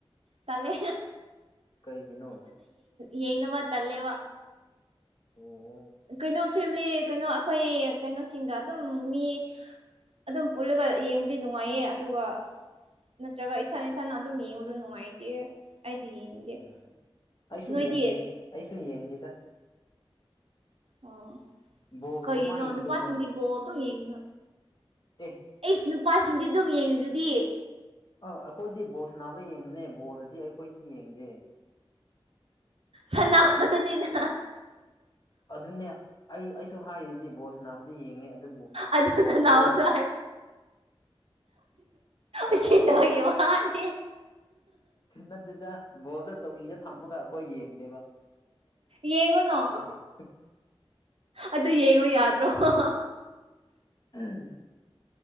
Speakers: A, on the right; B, on the left.
A: ꯇꯂꯦ
B: ꯀꯩꯒꯤꯅꯣ
A: ꯌꯦꯡꯅꯕ ꯇꯜꯂꯦꯕ
B: ꯑꯣ
A: ꯀꯩꯅꯣ ꯐꯦꯃꯤꯂꯤ ꯀꯩꯅꯣ ꯑꯩꯈꯣꯏ ꯀꯩꯅꯣꯁꯤꯡꯗ ꯑꯗꯨꯝ ꯃꯤ ꯑꯗꯨꯝ ꯄꯨꯜꯂꯒ ꯌꯦꯡꯕꯗꯤ ꯅꯨꯡꯉꯥꯏꯌꯦ ꯑꯗꯨꯒ ꯅꯠꯇ꯭ꯔꯒ ꯏꯊꯟ ꯏꯊꯟ ꯑꯗꯨꯝ ꯌꯦꯡꯕꯗ ꯅꯨꯡꯉꯥꯏꯇꯦ ꯑꯩꯗꯤ ꯌꯦꯡꯅꯤꯡꯗꯦ
B: ꯎꯝ ꯑꯩꯁꯨ
A: ꯅꯣꯏꯗꯤ
B: ꯌꯦꯡꯗꯦ ꯑꯩꯁꯨ ꯌꯦꯡꯗꯦꯗ
A: ꯑꯣ
B: ꯕꯣꯜꯕꯨ
A: ꯀꯩꯒꯤꯅꯣ
B: ꯀꯃꯥꯏꯅ ꯌꯦꯡꯗꯣꯏꯅꯣ
A: ꯅꯨꯄꯥꯁꯤꯡꯗꯤ ꯕꯣꯜ ꯑꯗꯨꯝ ꯌꯦꯡꯉꯅ
B: ꯑꯦ
A: ꯑꯦꯁ ꯅꯨ ꯅꯨꯄꯥꯁꯤꯡꯗꯤ ꯑꯗꯨꯝ ꯌꯦꯡꯉꯦ ꯑꯗꯨꯗꯤ
B: ꯑꯥ ꯑꯩꯈꯣꯏꯗꯤ ꯕꯣꯜꯁ ꯅꯥꯕ ꯌꯦꯡꯕꯅꯦ ꯕꯣꯜꯗꯗꯤ ꯑꯩꯈꯣꯏꯗꯤ ꯌꯦꯡꯗꯦ
A: ꯁꯅꯕꯗꯨꯅꯤꯅ
B: ꯑꯗꯨꯅꯦ ꯑꯩ ꯑꯩꯁꯨ ꯍꯥꯏꯔꯤꯗꯨꯗꯤ ꯕꯣꯁ ꯅꯥꯕꯨꯗꯤ ꯌꯦꯡꯉꯤ ꯗꯨꯕꯨ
A: ꯑꯗꯨ
B: ꯕꯣꯜꯗꯣ
A: ꯁꯅꯥꯕꯗꯣ ꯎꯁꯤꯠꯇꯕꯒꯤ
B: ꯕꯣꯜꯇꯣ
A: ꯋꯥꯅꯤ
B: ꯅꯠꯇꯗ ꯕꯣꯜꯗ ꯆꯧꯀꯤꯗ ꯊꯝꯃꯒ ꯑꯩꯈꯣꯏ ꯌꯦꯡꯉ
A: ꯌꯦꯡꯉꯨꯅꯣ
B: ꯌꯦꯡ
A: ꯑꯗꯨ ꯌꯦꯡꯉꯣ ꯌꯥꯗ꯭ꯔ ꯔꯣ
B: ꯎꯝ